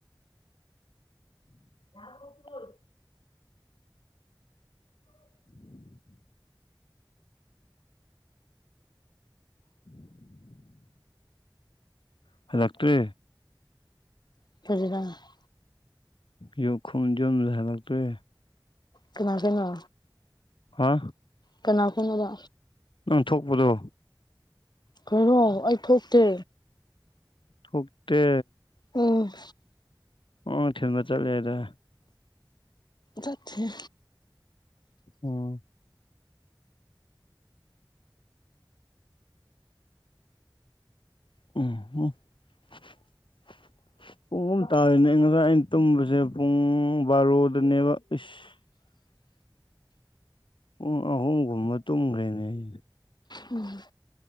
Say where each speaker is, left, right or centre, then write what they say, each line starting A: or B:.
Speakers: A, on the left; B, on the left.
A: <unintelligible> <inaudible> <inaudible> ꯍꯜꯂꯛꯇ꯭ꯔꯤ
B: <unintelligible>
A: ꯌꯨ ꯈꯨꯝ ꯌꯨꯝꯗ ꯍꯜꯂꯛꯇ꯭ꯔꯤ
B: ꯀꯅꯥꯗꯩꯅꯣ
A: ꯍꯥ
B: ꯀꯅꯥꯒꯨꯝꯅꯣꯕ
A: ꯅꯪ ꯊꯣꯛꯄꯗꯣ
B: ꯀꯔꯤꯅꫭ ꯑꯩ ꯊꯣꯛꯇꯦ
A: ꯊꯣꯛꯇꯦ
B: ꯎꯝ
A: ꯑꫭ ꯊꯤꯟꯕ ꯆꯠꯂꯦꯗꯥꯏ
B: ꯆꯠꯇꯦꯍꯦ
A: ꯑꫭ <unintelligible> ꯄꯨꯡ ꯑꯍꯨꯝ ꯇꯥꯔꯦꯅꯦ ꯑꯩ ꯉꯔꯥꯡ ꯑꯩꯅ ꯇꯨꯝꯕꯁꯦ ꯄꯨꯡ ꯕꯥꯔꯣꯗꯅꯦꯕ ꯏꯁ ꯄꯨꯡ ꯑꯍꯨꯝꯒꯨꯝꯕ ꯇꯨꯝꯈ꯭ꯔꯦꯁꯅꯦ ꯑꯩꯁꯦ
B: ꯎꯝ